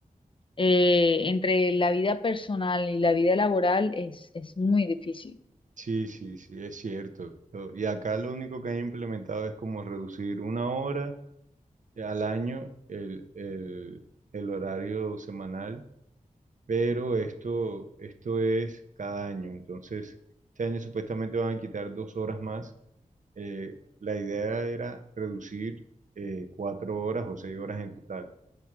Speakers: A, on the left; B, on the right.
A: eh, entre la vida personal y la vida laboral es, es muy difícil.
B: Sí, sí, sí, es cierto. Lo- Y acá lo único que han implementado es como reducir una hora al año el, el- el horario semanal, pero esto, esto es cada año. Entonces, este año supuestamente van a quitar dos horas más. Eh, la idea era reducir eh, cuatro horas o seis horas en total.